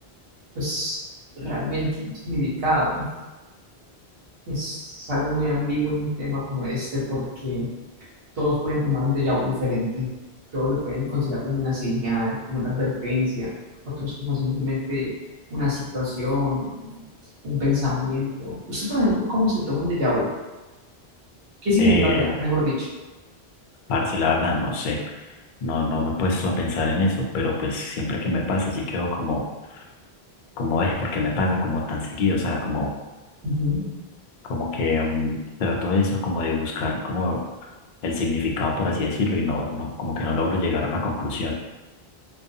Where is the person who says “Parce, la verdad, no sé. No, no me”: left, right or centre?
Left